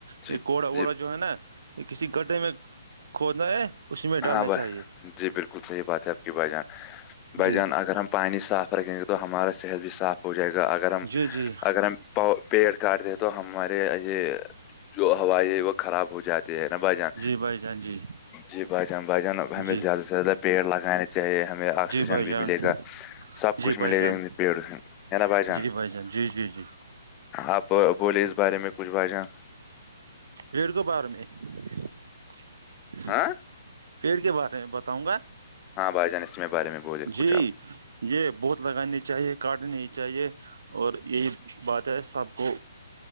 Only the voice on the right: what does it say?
یہ کوڑا ووڑا
جو ہے نا کسی گڈے میں کھودنا ہے اسی میں ڈالنا
چاہیے
جی
جی جی
جی بھائی جان جی
جی
جی بھائی
جان
جی
بھائی
جان
جی جی جی جی
بھییڑ کو بار میں <unintelligible>
پیڑ کے بارے میں بتاؤں گا
جی
یہ بہت لگانی چاہیے کاٹنی نہیں چاہیے اور یہی بات ہے سب کو